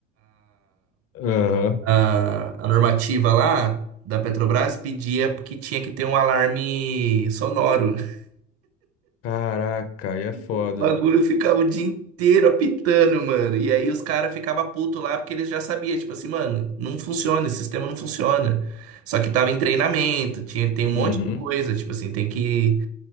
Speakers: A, on the left (about 40°); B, on the right (about 40°).
A: Aham.
B: a, a normativa lá da Petrobras pedia que tinha que ter um alarme sonoro. <laughs>
A: Caraca, aí é foda.
B: O bagulho ficava o dia inteiro apitando, mano. E aí os caras ficavam putos lá porque eles já sabiam, tipo assim, mano, não funciona, esse sistema não funciona. Só que tava em treinamento, tinha, tem um monte
A: Uhum.
B: de coisa, tipo assim, tem que